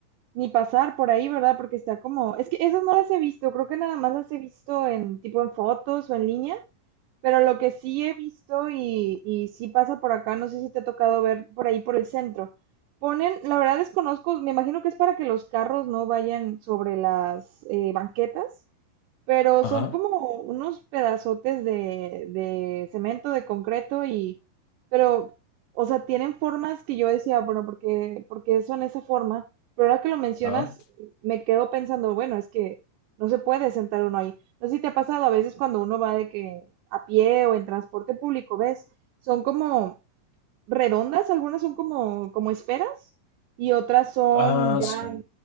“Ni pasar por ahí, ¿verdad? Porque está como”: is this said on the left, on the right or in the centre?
Right